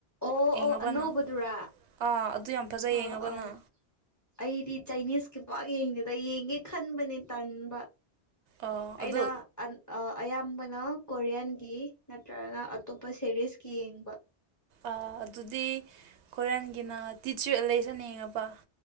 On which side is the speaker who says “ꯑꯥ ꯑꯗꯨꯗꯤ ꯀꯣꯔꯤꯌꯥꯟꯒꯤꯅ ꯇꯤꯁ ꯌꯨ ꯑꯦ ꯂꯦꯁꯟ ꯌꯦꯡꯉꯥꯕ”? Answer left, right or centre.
Right